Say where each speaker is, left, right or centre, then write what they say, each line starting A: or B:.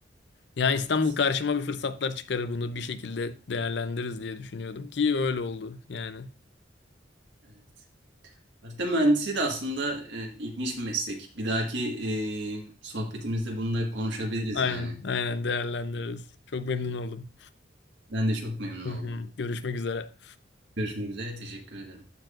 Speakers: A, on the left (about 70°); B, on the right (about 80°).
A: Yani
B: Evet.
A: İstanbul karşıma bir fırsatlar çıkarır bunu bir şekilde değerlendiririz diye düşünüyordum ki öyle oldu yani.
B: Evet. Harita mühendisi de aslında e, ilginç bir meslek. Bir dahaki e, sohbetimizde bunu da konuşabiliriz
A: Aynen,
B: yani.
A: aynen değerlendiririz. Çok memnun oldum.
B: Ben de çok memnun
A: Hı
B: oldum.
A: hı. Görüşmek üzere.
B: Görüşmek üzere. Teşekkür ederim.